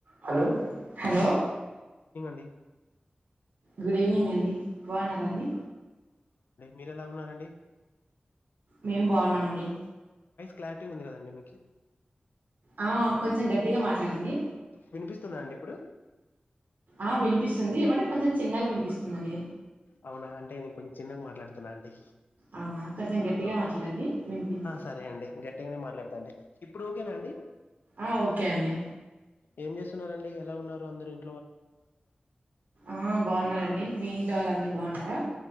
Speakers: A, on the right; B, on the left.
A: Hello hello
B: డి
A: good evening అండి బాగున్నారా అండి
B: మీరెలా ఉన్నారండి
A: మేం బాగున్నామండి
B: క్రిటీందిదండి మీకు
A: ఆ కొంచెం గట్టిగా మాట్లాడండి
B: వినిపిస్తుందా అండి ఇప్పుడు
A: ఆ వినిపిస్తుంది ఏమంటే కొంచెం చిన్నగా వినిపిస్తుంది న్నది
B: అవునా అంటే నేను కొంచం చిన్నగా మాట్లాడుతున్నా అండి
A: అవునా కొంచెం గట్టిగా
B: ఓకే
A: మాట్లాడండి వినిపించదు
B: సరే అండి గట్టిగానే మాట్లాడు అండి ఇప్పుడు ఓకేనాండి
A: ఆ ఓకే అండి
B: ఏం చేస్తున్నడి ఎలా ఉన్నారు అందరు ఇం
A: ఆ బాగున్నండి మీ ఇంట్లో వాళ్ళందరుూ బాగున్నారా